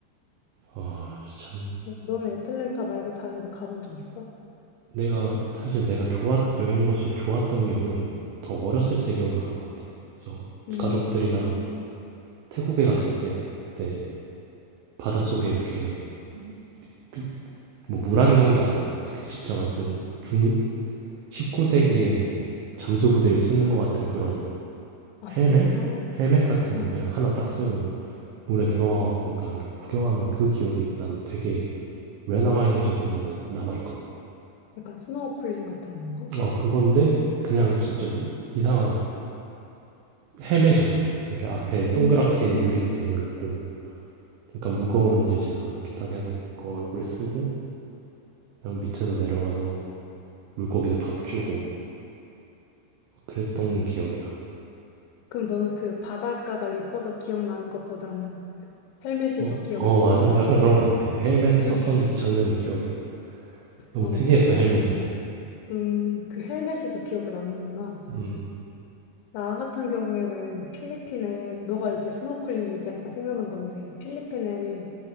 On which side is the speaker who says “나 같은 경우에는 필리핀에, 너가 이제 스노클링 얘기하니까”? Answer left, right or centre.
Left